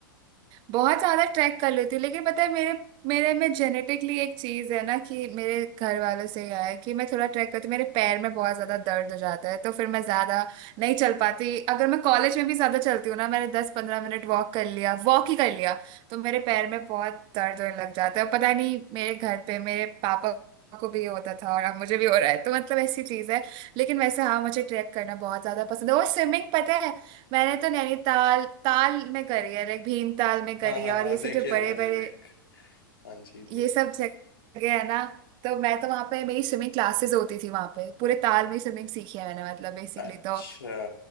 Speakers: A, on the right; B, on the left.
A: बहुत ज्यादा ट्रैक कर लेती हूँ लेकिन पता है मेरे मेरे में जेनेटिकली एक चीज है ना कि मेरे घर वालों से ही आया है कि मैं थोड़ा ट्रैक करती हूँ मेरे पैर में बहुत ज्यादा दर्द हो जाता है तो फिर मैं ज्यादा नहीं चल पाती अगर मैं कॉलेज में भी ज्यादा चलती हूँ ना मैंने दस पंद्रह मिनट वॉक कर लिया वॉक ही कर लिया तो मेरे पैर में बहुत दर्द होने लग जाता है और पता नहीं मेरे घर पे मेरे पापा को भी ये होता था और अब मुझे भी हो रहा है तो मतलब ऐसी चीज है लेकिन वैसे हाँ मुझे ट्रैक करना बहुत ज्यादा पसंद है और स्विमिंग पता है मैंने तो नैनीताल ताल में करी है लाइक भीमताल में करी
B: हाँ हाँ
A: है और
B: हाँ
A: ये सब
B: देखे
A: जो
B: हो
A: बड़े
B: मैंने
A: बड़े
B: लेक हाँ जी देख
A: ये सब जगह है ना तो मैं तो वहां पे मेरी स्विमिंग क्लासेस होती थी वहां पे पूरे ताल में स्विमिंग सीखी है मैंने मतलब बेसिकली
B: अच्छा
A: तो